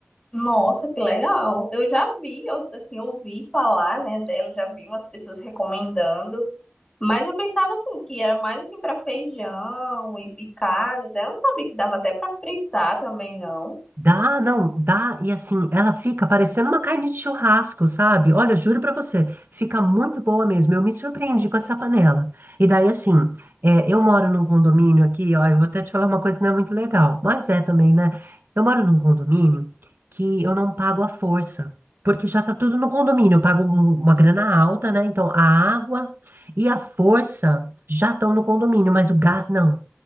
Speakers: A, on the left; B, on the right.
A: Nossa, que legal. Eu já vi, eu, assim, ouvi falar, né, dela, já vi umas pessoas recomendando. Mas eu pensava assim que era mais assim para feijão e, e carnes. né? Eu não sabia que dava até para fritar também, não.
B: Dá, não, dá, e assim, ela fica parecendo uma carne de churrasco, sabe? Olha, juro pra você, fica muito boa mesmo. Eu me surpreendi com essa panela. E daí, assim, é, eu moro num condomínio aqui, ó, eu vou até te falar uma coisa que não é muito legal, mas é também, né? Eu moro num condomínio que eu não pago à força, porque já tá tudo no condomínio. Eu pago um- uma grana alta, né? Então, a água e a força já estão no condomínio, mas o gás não.